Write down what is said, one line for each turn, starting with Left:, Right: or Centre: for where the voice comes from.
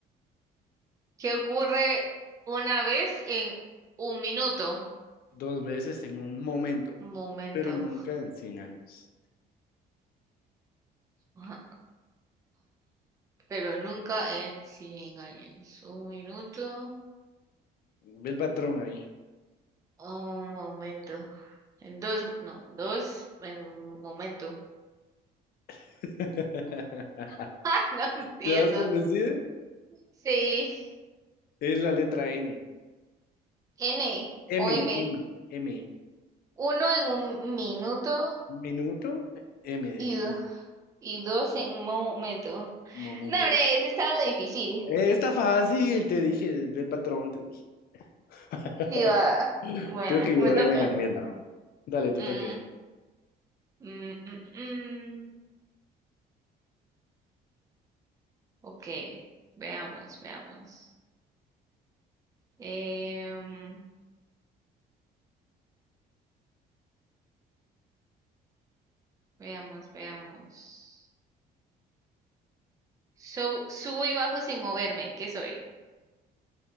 Right: ¿Qué ocurre una vez en un minuto?
Left: Dos veces en un momento,
Right: Un momento.
Left: pero nunca en 100 años.
Right: Ajá. Pero nunca en 100 años. Un minuto.
Left: Ve el patrón ahí.
Right: Un momento. En dos, no, dos, en un momento.
Left: <laughs>
Right: <laughs> No entiendo.
Left: ¿Te das por vencido?
Right: Sí,
Left: Es la letra M.
Right: N
Left: M,
Right: o M.
Left: M, M.
Right: Uno en un minuto
Left: Minuto, M de
Right: y,
Left: minuto.
Right: do- y dos en un momento.
Left: Momento.
Right: No, hombre, eso estaba difícil.
Left: Eh, Está fácil, te dije, ve el patrón, te dije. <laughs>
Right: Sí, va. Bueno,
Left: Creo que
Right: me
Left: yo
Right: toca.
Left: ya me gané mi helado. Dale, te
Right: Mm,
Left: toca.
Right: mm, mm, mm. Ok, veamos, veamos. Em, veamos, veamos. sub subo y bajo sin moverme. ¿Qué soy?